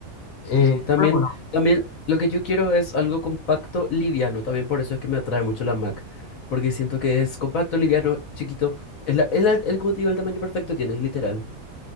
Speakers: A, on the left (about 70°); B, on the left (about 50°).
A: Sí,
B: Eh,
A: también,
B: pero bueno,
A: también lo que yo quiero es algo compacto, liviano. También por eso es que me atrae mucho la Mac. Porque siento que es compacto, liviano, chiquito. Es la, es la- el- como te digo, el tamaño perfecto tiene, literal.